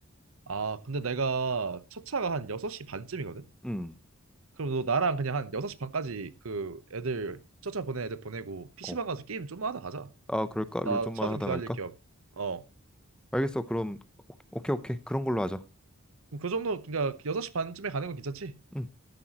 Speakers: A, on the right; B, in the centre.
A: 아, 근데 내가 첫 차가 한 여섯시 반쯤이거든?
B: 음,
A: 그럼 너 나랑 그냥 한 여섯시 반까지 그 애들, 첫차 보낸 애들 보내고 PC방
B: 어.
A: 가서 게임 좀만 하다 가자.
B: 아, 그럴까?
A: 나
B: 롤 좀만
A: 차 좀
B: 하다
A: 기다릴
B: 갈까?
A: 겸. 어.
B: 알겠어. 그럼 오- 오케이, 오케이. 그런 걸로 하자.
A: 그럼 그 정도, 그러니까 그 여섯 시 반쯤에 가는 건 괜찮지?
B: 음,